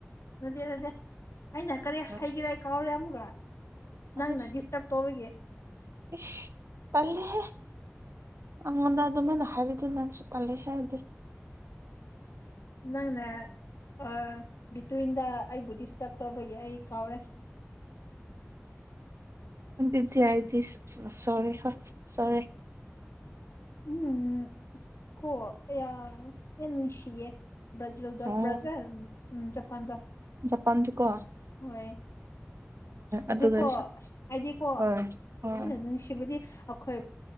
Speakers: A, on the left (about 80°); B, on the right (about 70°).
A: ꯅꯠꯇꯦ ꯅꯠꯇꯦ ꯑꯩꯅ ꯀꯔꯤ ꯍꯥꯏꯒꯦꯔꯦ
B: ꯑꯣ
A: ꯀꯥꯎꯔꯦ ꯑꯃꯒ ꯅꯪ
B: ꯑꯁ
A: ꯅ ꯗꯤꯁꯇꯔꯔꯕ ꯇꯧꯕꯒꯦ
B: ꯏꯁ ꯇꯦꯍꯦ ꯑꯉꯗ ꯑꯗꯨ ꯃꯅ ꯍꯥꯏꯔꯗꯨ ꯅꯪꯁꯨ ꯀꯂꯦ ꯍꯥꯏꯦꯗꯦ
A: ꯅꯪꯅꯦ ꯑ ꯇꯕꯤꯟ ꯑꯩꯕꯨ ꯗꯤꯁꯇꯔꯕ ꯇꯧꯕꯒꯤ ꯑꯩ ꯀꯥꯎꯔꯦ
B: ꯗꯤ ꯑꯥꯏꯗꯤ ꯁꯣꯔꯤ ꯍ ꯁꯣꯔꯤꯦ
A: ꯎꯝ ꯀꯣ ꯌꯥꯝ ꯅꯨ ꯏꯁꯤꯦ ꯭ꯔꯥꯖꯤꯜꯗ
B: ꯑꯣ
A: ꯭ꯔꯥꯖꯤꯜ ꯎꯝ ꯖꯄꯥꯟꯗ
B: ꯄꯀꯣ
A: ꯍꯣꯏ ꯑꯗꯨ
B: ꯑꯗꯨꯒꯁꯨ
A: ꯀꯣ ꯍꯥꯏꯗꯤꯀꯣ
B: ꯍꯣꯏ ꯍꯣꯏ
A: ꯍꯦꯟꯅ ꯅꯨꯡꯁꯤꯕꯗꯤ ꯑꯩꯈꯣꯏ